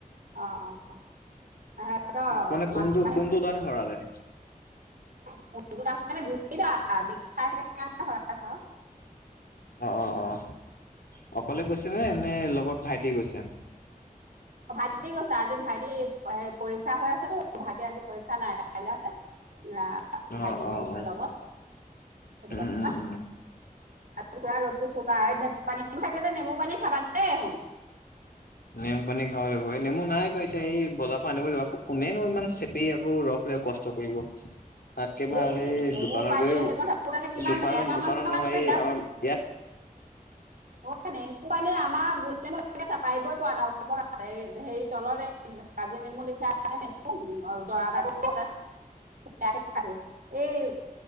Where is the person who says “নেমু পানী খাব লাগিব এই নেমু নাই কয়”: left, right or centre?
Left